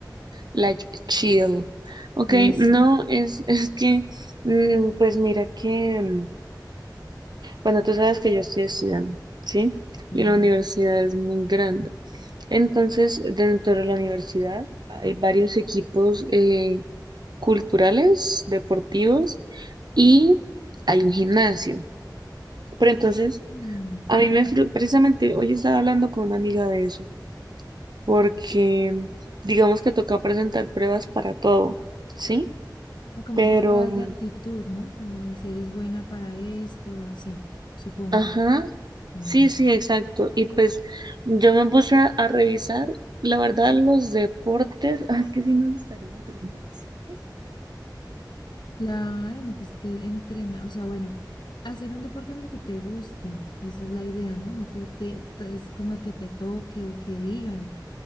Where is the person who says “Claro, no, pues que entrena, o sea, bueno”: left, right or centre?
Left